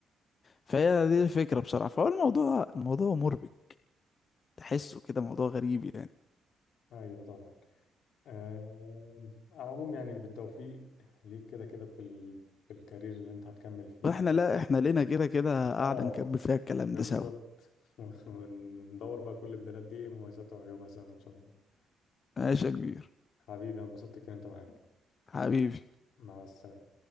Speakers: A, on the left; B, on the left.
A: فهي دي الفكره بصراحه فهو الموضوع الموضوع مربك تحسه كده موضوع غريب يعني
B: ايوه طبعا آه. على العموم يعني بالتوفيق ليك كده كده في ال... في الكارير اللي انت هتكمل فيه
A: واحنا لا احنا لينا كده كده قاعدة
B: اه
A: نكمل فيها الكلام
B: بالظبط
A: ده سوا
B: <laughs> وندور بقى كل البنات دي ايه مميزاتها وعيوبها سوا ان شاء الله
A: ماشي يا كبير
B: حبيبي انا انبسطت الكلام معاك
A: حبيبي
B: مع السلامة